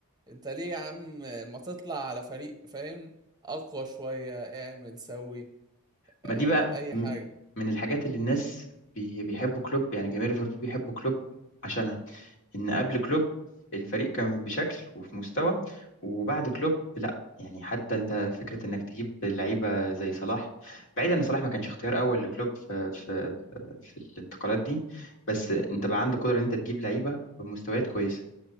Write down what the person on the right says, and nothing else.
انت ليه يا عم ما تطلع على فريق فاهم اقوى شوية اعمل سوي آه
اي
حاجة
مم.